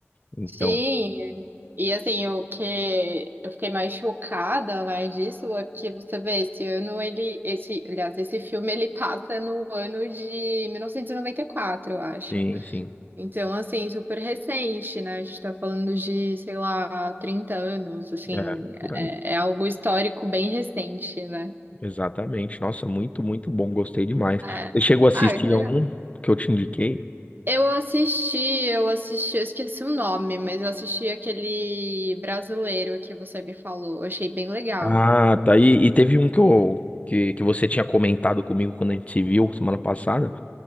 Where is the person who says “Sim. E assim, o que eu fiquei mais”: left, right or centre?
Right